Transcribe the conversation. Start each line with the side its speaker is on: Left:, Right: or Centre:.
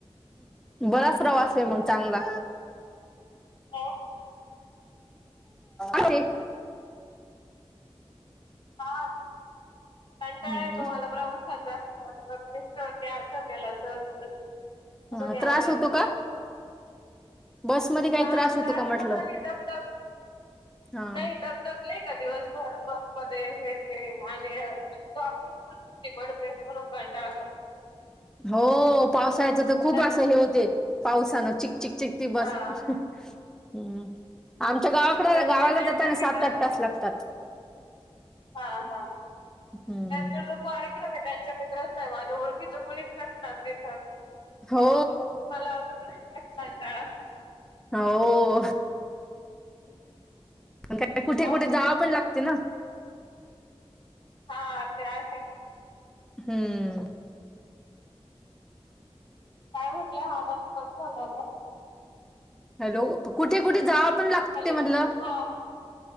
Centre: बरा प्रवास आहे मग. चांगा.
Left: हा
Centre: आहे.
Left: हा, कंटाळा
Centre: हम्म
Left: ऐतो मला प्रवासाचा. णीं आगृह केला चल, चल म्हणून
Centre: ह
Left: यावं
Centre: त्रास
Left: लागलं.
Centre: होतो का बसमध्ये काही
Left: हा, त्रास
Centre: होतो का म्हटलं
Left: पण तबक
Centre: हा
Left: नाही तबतक नाही ए दिवस भर बस मध्ये हे, ते आणि <unintelligible> पडतेन म्हनून कंटाळा करते.
Centre: हो पावसाळ्याच तर खूप
Left: त्यात
Centre: असं हे होते पावसानं चिक चिक, चिक त बस,
Left: हा
Centre: हम्म.. आमच्या गावाकडे
Left: त्यात
Centre: गावाला
Left: ते त्यांच्या
Centre: जाताना सात,
Left: मित्राचा
Centre: आठ तास लागतात.
Left: हा, हा
Centre: हम्म
Left: त्याचा जो कार्यक्रम आय त्यांच्या माझ्या ओळखीच कोणीच नसनार तिथं,
Centre: हो
Left: मग मला अजून काळा.
Centre: हो! काय कुठे,
Left: जाऊन
Centre: कुठे
Left: बोलू
Centre: जाव पण लागते
Left: बाकी
Centre: ना!
Left: काय. हा ते आहे
Centre: हम्म!
Left: काय म्हटलं हा आवाज कट जाला होता?
Centre: हॅलो! कुठे कुठे जावा पण लागते
Left: हॅलो
Centre: मनलं
Left: हा.